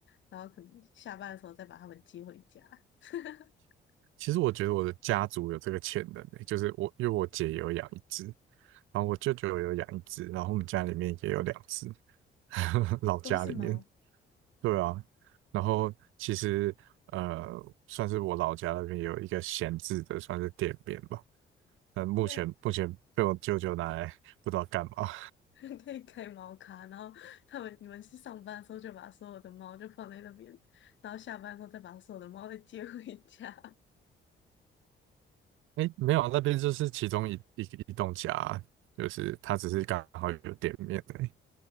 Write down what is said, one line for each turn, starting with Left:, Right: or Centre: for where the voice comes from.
Left: 然后可能下班的时候再把它们接回家。<laughs>
Right: 其实我觉得我的家族有这个潜能诶，就是我因为我姐也有养一只，然后我舅舅也有养一只，然后我们家里面也有两只，<laughs> 老家里面。
Left: 都是猫，
Right: 对啊，然后其实呃，算是我老家那边有一个闲置的，算是店面吧。但目前目前被我舅舅拿来不知道干嘛。
Left: 那 <laughs> 可以开猫咖，然后他们你们去上班的时候就把所有的猫就放在那边，然后下班的时候再把所有的猫再接回家。
Right: 哎，没有啊那边就是其中一一一栋家啊就是他只是刚好有店面而已